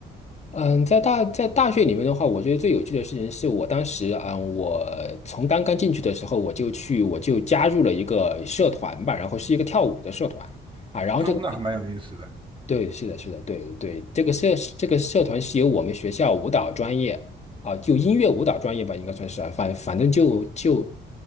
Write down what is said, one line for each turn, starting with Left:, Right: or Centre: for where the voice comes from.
Left: 嗯，在大在大学里面的话，我觉得最有趣的事情是我当时，嗯，我从刚刚进去的时候，我就去，我就加入了一个社团吧，然后是一个跳舞的社团啊，然后这个
Right: 哦，那还蛮有意思的。
Left: 对，是的，是的，对对，这个社这个社团是由我们学校舞蹈专业啊，就音乐舞蹈专业吧，应该算是啊，反反正就就